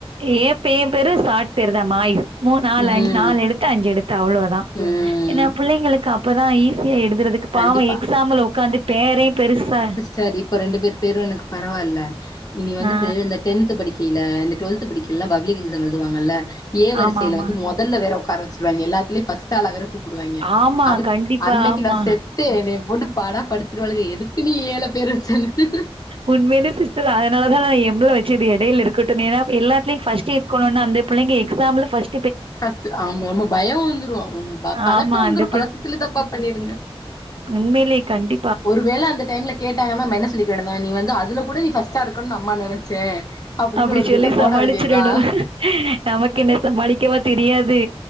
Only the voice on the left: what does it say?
ம்
ம்
கண்டிப்பா
செரி இப்ப ரெண்டு பேர் பேரு எனக்கு பரவால்ல இனி வந்துட்டு
இந்த டென்த்து படிக் கடைல இந்த டுவெல்த்து படிக்கைலலா பப்ளிக் எக்ஸாம் எழுதுவாங்கள்ல ஏ வரிசைல
வந்து மொத் தல்ல வேற ஒக்கார வச்சுருவாங்கே எல்லாத்துலயு ஃபஸ்ட்டாளா வேற கூப்டு வாங்கே
அதுக்
அன்னைக்கு
நா செத் தே என்னய போட்டு பாடா படுத்திருவாழளுங்க எதுக்கு நீ ஏ ல பேரு வச்சன்னு
ஃபஸ்ட்டு ஆமாம்மா பயோ வந்துரு ம் பதட்ட
வந்துரு
பதட்டத்துலே தப்பா பண்ணிருங்க
ஒரு வேள அந்த டைம்ல கேட்டாங்கனா நம்ம என்ன சொ சொல்லிக்கனுனா நீ வந்து அதுல கூட நீ ஃபஸ்டா இருக்கனுனு அம்மா நெனச்சே அப்டின்னு
ஒரு
பிட்ட போட
வேண்டியதா